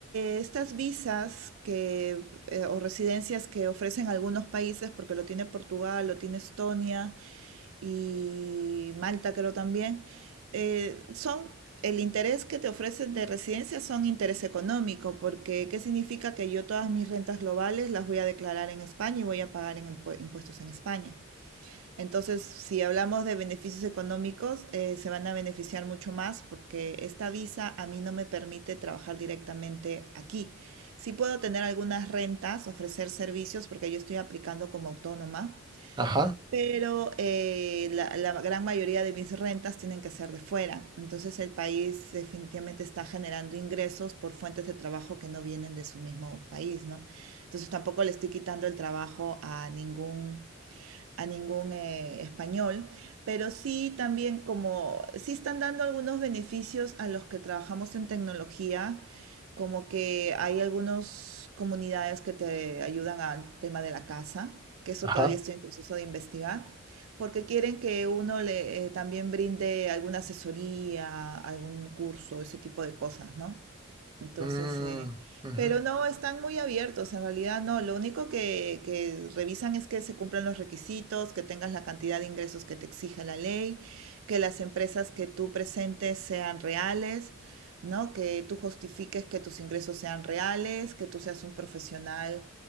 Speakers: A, on the right; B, on the right.
A: eh, estas visas que, eh, o residencias que ofrecen algunos países, porque lo tiene Portugal, lo tiene Estonia y Malta creo también, eh, son el interés que te ofrecen de residencia son interés económico, porque ¿qué significa que yo todas mis rentas globales las voy a declarar en España y voy a pagar en impu- impuestos en España? Entonces, si hablamos de beneficios económicos, eh, se van a beneficiar mucho más porque esta visa a mí no me permite trabajar directamente aquí. Sí puedo tener algunas rentas, ofrecer servicios porque yo estoy aplicando como autónoma,
B: Ajá,
A: pero eh, la, la gran mayoría de mis rentas tienen que ser de fuera. Entonces, el país definitivamente está generando ingresos por fuentes de trabajo que no vienen de su mismo país, ¿no? Entonces, tampoco le estoy quitando el trabajo a ningún a ningún eh, español, pero sí también como, sí están dando algunos beneficios a los que trabajamos en tecnología, como que hay algunas comunidades que te ayudan al tema de la casa, que eso
B: ajá.
A: todavía estoy en proceso de investigar, porque quieren que uno le eh, también brinde alguna asesoría, algún curso, ese tipo de cosas, ¿no? Entonces,
B: Mm,
A: eh,
B: ujú.
A: pero no, están muy abiertos, en realidad no. Lo único que, que revisan es que se cumplan los requisitos, que tengas la cantidad de ingresos que te exige la ley, que las empresas que tú presentes sean reales, ¿no? Que tú justifiques que tus ingresos sean reales, que tú seas un profesional